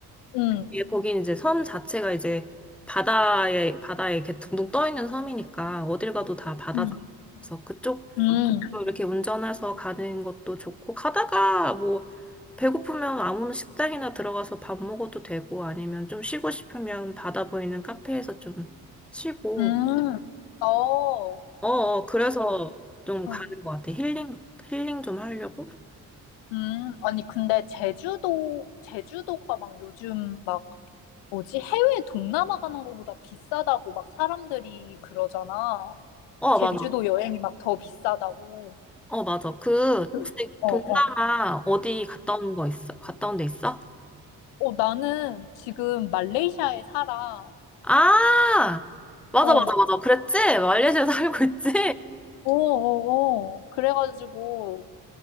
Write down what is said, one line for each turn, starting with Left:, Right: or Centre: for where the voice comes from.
Left: 음,
Centre: 예, 거긴 이제 섬 자체가 이제 바다에, 바다에 이렇게 둥둥 떠 있는 섬이니까 어딜 가도 다 바다잖아.
Left: 음,
Centre: 그래서 그쪽으로
Left: 음,
Centre: 이렇게 운전해서 가는 것도 좋고, 가다가 뭐, 배고프면 아무나 식당이나 들어가서 밥 먹어도 되고, 아니면 좀 쉬고 싶으면 바다 보이는 카페에서 좀 쉬고,
Left: 음. 어, 어,
Centre: 어, 어, 그래서 좀 가는
Left: 음,
Centre: 것 같아. 힐링, 힐링 좀 하려고.
Left: 음. 아니, 근데 제주도, 제주도가 막 요즘 막, 뭐지? 해외 동남아 가는 거보다 비싸다고 막 사람들이 그러잖아.
Centre: 어,
Left: 제주도
Centre: 맞아.
Left: 여행이 막 더 비싸다고.
Centre: 어, 맞아. 그,
Left: 그,
Centre: 혹시
Left: 어,
Centre: 동남아
Left: 어.
Centre: 어디 갔다 온 거 있어? 갔다 온 데 있어?
Left: 어, 나는 지금 말레이시아에 살아.
Centre: 아! 맞아,
Left: 어,
Centre: 맞아, 맞아.
Left: 어,
Centre: 그랬지? 말레이시아 <laughs> 살고 있지?
Left: 어, 어. 그래가지고,